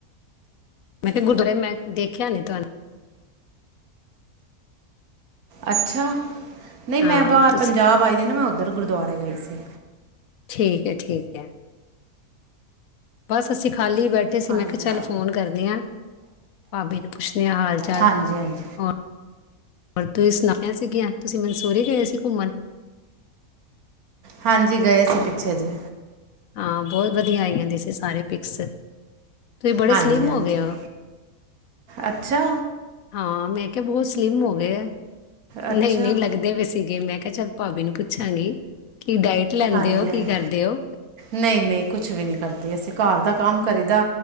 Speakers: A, on the left (about 70°); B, on the right (about 75°).
A: ਮੈਂ ਕਿਹਾ ਗੁਰਦੁਆਰੇ ਮੈਂ ਦੇਖਿਆ ਨੀ ਤੁਹਾਨੂੰ।
B: ਅੱਛਾ ਨਹੀਂ ਮੈਂ
A: ਹਾਂ
B: ਬਾਹਰ
A: ਤੁਸੀਂ
B: ਪੰਜਾਬ ਆਈ ਦੀ ਨਾ ਮੈਂ ਉੱਧਰ ਗੁਰਦੁਆਰੇ ਗਈ ਸੀ।
A: ਠੀਕ ਹੈ ਠੀਕ ਹੈ। ਬਸ ਅਸੀਂ ਖਾਲੀ ਬੈਠੇ ਸੀ
B: ਹਾਂਜੀ
A: ਮੈਂ ਕਿਹਾ ਚੱਲ ਫ਼ੋਨ ਕਰਦੇ ਹਾਂ ਭਾਬੇ ਨੂੰ ਪੁੱਛਦੇ ਹਾਂ ਹਾਲ। ਚੱਲ
B: ਹਾਂਜੀ ਹਾਂਜੀ
A: ਹੋਰ ਹੋਰ ਤੁਸੀਂ ਸੁਣਾਈਆ ਸੀਗੀਆਂ ਤੁਸੀਂ ਮਨਸੂਰੀ ਗਏ ਸੀ ਘੁੰਮਣ।
B: ਹਾਂਜੀ ਗਏ ਸੀ ਪਿੱਛੇ ਜਹੇ।
A: ਹਾਂ ਬਹੁਤ ਵਧੀਆ ਆਈ ਜਾਂਦੀਆਂ ਸੀ ਸਾਰੇ ਪਿਕਸ ਤੁਸੀਂ ਬੜੇ
B: ਹਾਂਜੀ
A: ਸਲਿਮ
B: ਹਾਂਜੀ
A: ਹੋ ਗਏ ਹੋ।
B: ਅੱਛਾ
A: ਹਾਂ ਮੈਂ ਕਿਹਾ ਬਹੁਤ ਸਲਿਮ ਹੋ ਗਏ
B: ਅੱਛਾ
A: ਨਹੀਂ ਨਹੀਂ ਲ ਲਗਦੇ ਵੀ ਸੀਗੇ ਮੈਂ ਕਿਹਾ ਚੱਲ ਭਾਬੀ ਨੂੰ ਪੁੱਛਾਂਗੀ ਕਿ ਡਾਇਟ ਲੈਂਦੇ
B: ਹਾਂਜੀ
A: ਹੋ ਕੀ
B: ਹਾਂਜੀ
A: ਕਰਦੇ ਹੋ
B: ਨਹੀਂ ਨਹੀਂ ਕੁਛ ਵੀ ਨਹੀਂ ਕਰਦੇ ਅਸੀਂ ਘਰ ਦਾ ਕੰਮ ਕਰੀਦਾ।